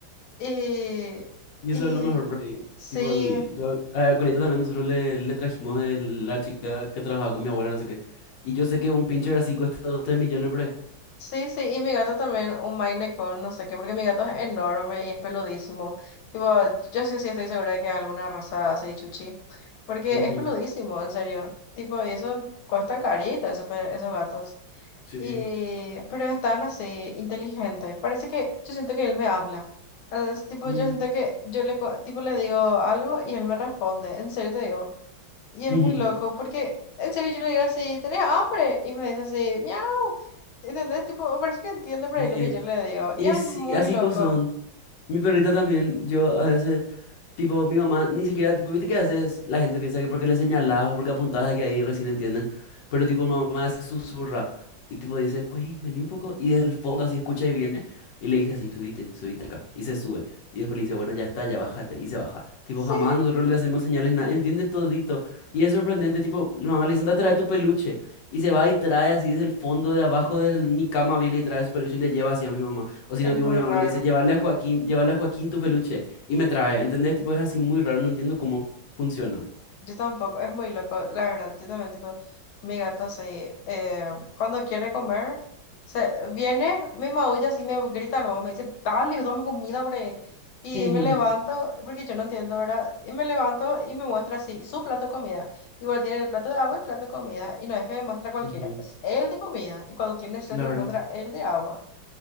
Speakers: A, on the left; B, on the left.
A: Y,
B: Y
A: y
B: eso es lo mejor, por ahí.
A: sí.
B: Tipo, el- yo, a la colita también nosotros le, le trajimos de la chica que trabajaba con mi abuela, no sé qué. Y yo sé que un pincher así cuesta dos tres millones por ahí.
A: Sí, sí, y mi gato también, un Maine Coon, no sé qué, porque mi gato es enorme y es peludísimo. Tipo, yo sí, sí estoy segura de que es alguna raza así, chuchi, porque
B: Ujú,
A: es peludísimo, en serio. Tipo, y eso cuestan carito, esos, pe- esos gatos.
B: sí.
A: Y, pero es tan así, inteligente. Parece que yo siento que él me habla. Entonces, tipo,
B: Mm,
A: yo siento que yo le, cu- tipo, le digo algo y él me responde, en serio te digo. Y es
B: <laughs>
A: muy loco, porque en serio yo le digo así, ¿tenés hambre? Y me dice así, miau. ¿Entendés? Tipo, parece que entiende por
B: Sí.
A: ahí lo que yo le digo.
B: Y
A: Y es
B: sí,
A: muy
B: así
A: loco.
B: cosas son. Mi perrita también, yo a veces. Tipo, mi mamá ni siquiera, tipo, viste que a veces la gente piensa que porque le señalás o porque apuntás es que ahí recién entienden, pero tipo, mi mamá se susurra y tipo dice, güey, vení un poco, y desde el fondo así escucha y viene y le dice así, subite, subite acá, y se sube, y después le dice, bueno, ya está, ya bájate, y se baja. Tipo,
A: Sí,
B: jamás nosotros le hacemos señales, nada, entiende todito, y es sorprendente, tipo, la mamá le dice, anda, trae tu peluche, y se va y trae así desde el fondo de abajo de mi cama, viene y trae su peluche y le lleva así a mi mamá, o si
A: es
B: no, tipo,
A: muy
B: mi mamá
A: raro.
B: le dice, llévale a Joaquín, llévale a Joaquín tu peluche y me trae, ¿entendés? Tipo, es así muy raro, no entiendo cómo funciona.
A: Yo tampoco, es muy loco, la verdad. Yo también, tipo, mi gato sí. eh, cuando quiere comer, se viene, me maulla así, me grita luego, me dice, dale, dame comida por ahí. Y
B: <laughs> Ujú.
A: me levanto, porque yo no entiendo, ¿verdad? Y me levanto y me muestra así, su plato de comida. Igual tiene el plato de agua, el plato de comida. Y no es que me muestra cualquiera,
B: ujú.
A: es el de comida. Y cuando tiene sed,
B: Claro.
A: me muestra el de agua.